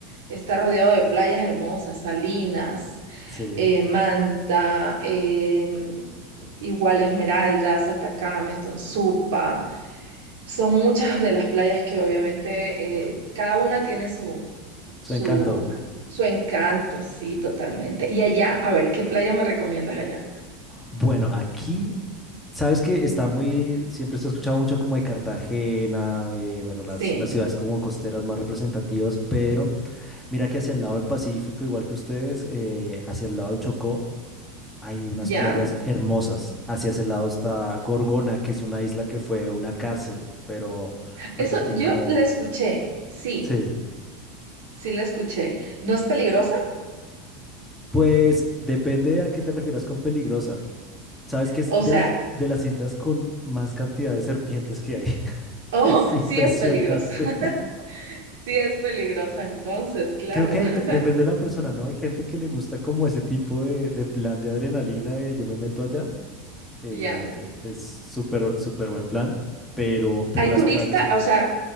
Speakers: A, on the right; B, in the centre.
A: está rodeado de playas hermosas, Salinas,
B: Sí,
A: eh, Manta, em, igual Esmeraldas, Atacama, Estonzupa. Son muchas de las playas que obviamente eh, cada una tiene
B: su
A: su,
B: encanto.
A: su encanto, sí, totalmente. Y allá, a ver, ¿qué playa me recomiendas allá?
B: Bueno, aquí Sabes que está muy, siempre se ha escuchado mucho como de Cartagena, de, bueno, las,
A: Sí,
B: las ciudades como costeras más representativas, pero mira que hacia el lado del Pacífico, igual que ustedes, eh, hacia el lado del Chocó, hay unas
A: ya.
B: playas hermosas. Hacia ese lado está Gorgona, que es una isla que fue una cárcel, pero ahorita
A: Eso,
B: la tienen
A: yo
B: como...
A: la escuché, sí,
B: Sí.
A: sí la escuché. ¿No es peligrosa?
B: Pues depende a qué te refieras con peligrosa. Sabes que es
A: O
B: de
A: sea,
B: la, de las islas con más cantidad de serpientes que hay. <laughs>
A: oh,
B: Es impresionante.
A: sí es peligrosa, <laughs> sí es peligrosa entonces, claro.
B: Creo que
A: <laughs>
B: dep- depende de la persona, ¿no? Hay gente que le gusta como ese tipo de, de plan de adrenalina de yo me meto allá. eh,
A: Ya.
B: es súper, súper buen plan, pero, pero
A: ¿Hay
B: las
A: turista?
B: playas son...
A: O sea,